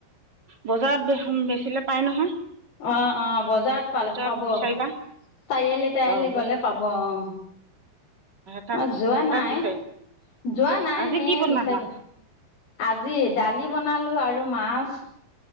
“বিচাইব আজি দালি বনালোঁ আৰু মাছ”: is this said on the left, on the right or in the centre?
Left